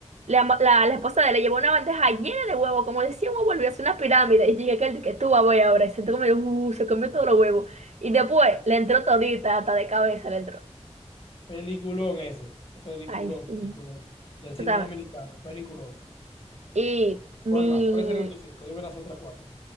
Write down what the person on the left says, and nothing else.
Peliculón ese. Peliculón,
peliculón. Del cine
dominicano. Peliculón.
¿Cuál más? ¿Cuáles serían tus cinco? Dime las otras cuatro.